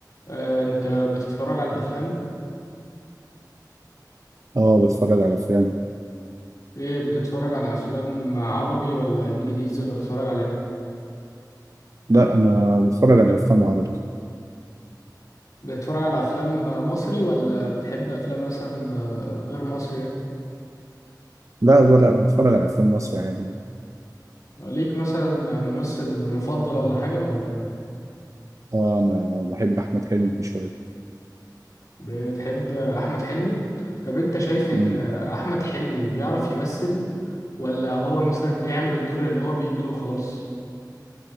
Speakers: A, on the left (about 50°); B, on the right (about 45°).
A: آه، انت بتتفرج على افلام
B: اه بتفرج على افلام
A: ايه بتتفرج على افلام عربي ولا انجليزي ولا بتتفرج على ايه
B: لا انا بتفرج على افلام عربي
A: بتتفرج على افلام مصري ولا بتحب افلام مثلا آه، غير مصري يعني؟
B: لا لا لا، بتفرج على افلام مصري عادي
A: ليك مثلا ممثل مفضل ولا حاجة ولا
B: اه انا بحب احمد حلمي شويه
A: بتحب احمد حلمي طب انت شايف ان
B: مم.
A: احمد حلمي بيعرف يمثل ولا هو مثلا بيعمل الدور اللي هو بيجيله خلاص